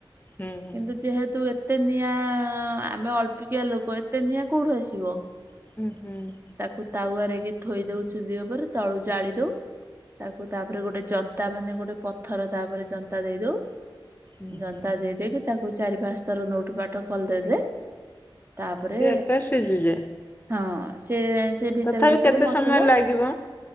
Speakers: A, on the left; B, on the right.
A: ହୁଁ ହୁଁ
B: କିନ୍ତୁ ଯେହେତୁ ଏତେ ନିଆଁ ଆମେ ଅଳ୍ପିକିଆ ଏତେ ଲୋକ ଏତେ ନିିଆଁ କୋଉଠୁ ଆସିବ।
A: ଉଁହୁଁ।
B: ତାକୁ ତାୱରେକି ଥୋଇଦୋଉ ଚୁଲି ଓପରେ ତଳୁ ଜାଳିଦୋଉ। ତାକୁ ତାପରେ ଗୋଟେ ଜନ୍ତା ମାନେ ଗୋଟେ ପଥର ତାପରେ ଜନ୍ତା ଦେଇଦୋଉ।
A: ହୁଁ
B: ଜନ୍ତା
A: ହୁଁ।
B: ଦେଇଦେଇକି ତାକୁ ଚାରିପାଞ୍ଚ ଥର ନୋଉଟୁ ପାଟ କଲଦେଲେ। ତାପରେ
A: ସେ ଆପେ ସିଝିଯାଏ
B: ହଁ ସିଏ ସେ ଭିତରେ
A: ତଥାପି
B: ଭିତରେ
A: କେତେ
B: ମସଲା
A: ସମୟ ଲାଗିବ?